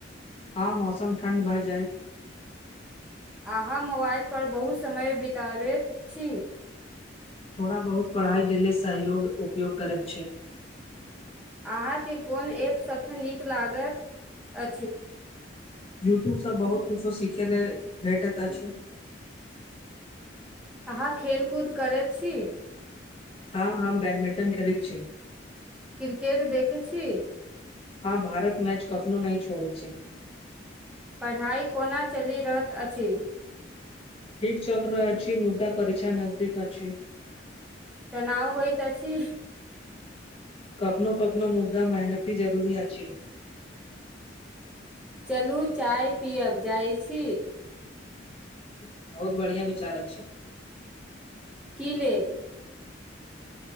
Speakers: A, on the left (about 30°); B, in the centre.
A: हँ मौसम ठण्ड भए जाय।
B: अहाँ मोबाइलपर बहुत समय बितबैत छी।
A: थोड़ा बहुत पढ़ाईके लेल सहयोग उपयोग करैत छै।
B: अहाँके कोन एप सभसँ नीक लागत अ।
A: यूट्यूबसँ बहुत कछो सीखय लेल भेटैत अछि।
B: अहाँ खेलकूद करैत छी।
A: हँ हम बैडमिंटन खेलैत छी।
B: क्रिकेट देखै छी।
A: हँ भारत मैच कफनो नहि छोड़ै छै।
B: पढ़ाइ कोना चलि रहलैत अछि।
A: ठीक चल रहल अछि मुद्दा परीक्षा नजदीक अछि।
B: तनाउ होइ त छी।
A: कखनो कखनो मुद्दा मेहनती जरूरी अछि।
B: चलू चाय पियब जाइत छी।
A: बहुत बढ़िआ विचार छै।
B: की लेब।